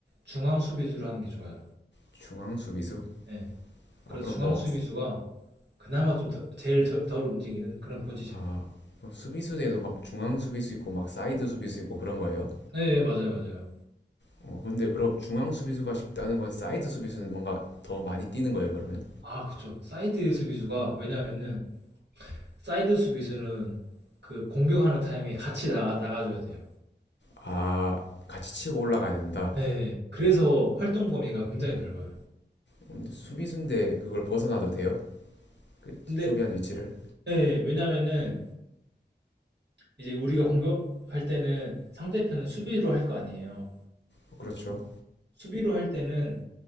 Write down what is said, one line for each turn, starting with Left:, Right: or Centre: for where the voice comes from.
Right: 중앙 수비수로 하는 게 좋아요.
Left: 중앙 수비수?
Right: 예 그래서
Left: 아, 그럼
Right: 중앙
Left: 뭐
Right: 수비수가 그나마 좀 더- 제일 저- 덜 움직이는 그런 포지션이.
Left: 아, 수비수에도 막 중앙 수비수 있고 막 사이드 수비수 있고 그런 거예요?
Right: 예 예, 맞아요, 맞아요.
Left: 어, 근데 그럼 중앙 수비수가 쉽다는 건 사이드 수비수는 뭔가 더 많이 뛰는 거예요, 그러면?
Right: 아, 그쵸. 사이드 수비수가 왜냐면은 사이드 수비수는 그 공격하는 타이밍에 같이 나가 나가줘야 돼요.
Left: 아, 같이 치고 올라가야 된다.
Right: 예 예. 그래서 활동 범위가 굉장히 넓어요.
Left: 근데 수비수인데 그걸 벗어나도 돼요? 그
Right: 근데
Left: 수비한 위치를?
Right: 예 예. 왜냐면은 이제 우리가 공격할 때는 상대편은 수비로 할 거 아니에요.
Left: 어, 그렇죠.
Right: 수비로 할 때는